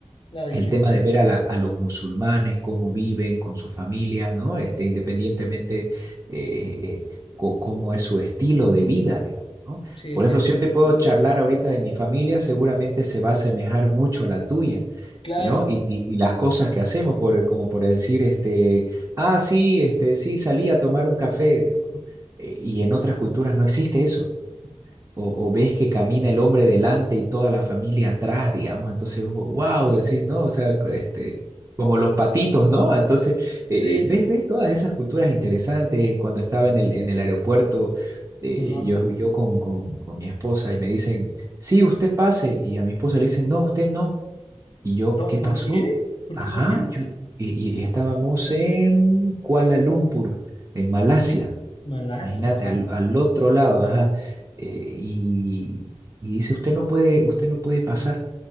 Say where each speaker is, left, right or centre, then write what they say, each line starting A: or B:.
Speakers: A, on the left; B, on the right.
A: La diferencia.
B: el tema de ver a, la- a los musulmanes, cómo viven con sus familias, ¿no? Este, independientemente eh, eh, co- cómo es su estilo de vida, digamos, ¿no?
A: Sí,
B: Por
A: sí,
B: ejemplo,
A: sí,
B: si yo
A: sí,
B: te puedo
A: sí.
B: charlar ahorita de mi familia, seguramente se va a asemejar mucho a la tuya.
A: Claro.
B: eh, ¿no? Y, y- y las cosas que hacemos, por, como por decir, este, ah, sí, este, sí, salí a tomar un café. digamos. Eh, Y en otras culturas no existe eso o, o ves que camina el hombre delante y toda la familia atrás, digamos, entonces, wow, decís, ¿no? O sea, que, este, como los patitos, ¿no? Entonces, eh,
A: Sí.
B: ves, ves todas esas culturas interesantes. Cuando estaba en el, en el aeropuerto, eh,
A: Ajá.
B: yo, yo con, con, con mi esposa y me dicen, sí, usted pase, y a mi esposa le dicen, no, usted no. Y yo,
A: No,
B: ¿qué
A: ¿por
B: pasó?
A: qué? ¿Por
B: Ajá,
A: qué? ¿Por qué?
B: yo, y, y estábamos en Kuala Lumpur, en Malasia.
A: Malas.
B: Imagínate,
A: Wow.
B: al, al otro lado, ajá. eh, y, y dice, usted no puede, usted no puede pasar.